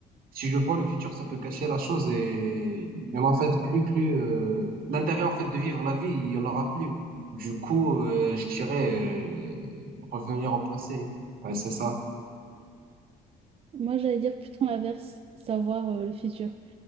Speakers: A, on the right (about 60°); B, on the right (about 35°).
A: si je vois le futur, ça peut gâcher la chose et il y en a en fait plus, plus euh, l'intérêt en fait de vivre la vie, il y en aura plus. Du coup, euh, je dirais euh, revenir au passé. Ouais, c'est ça.
B: Moi, j'allais dire plutôt l'inverse, savoir euh, le futur.